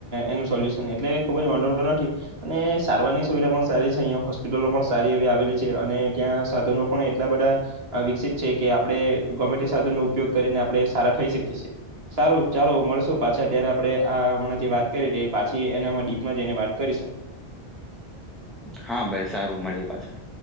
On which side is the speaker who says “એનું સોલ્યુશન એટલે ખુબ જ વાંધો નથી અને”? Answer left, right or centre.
Right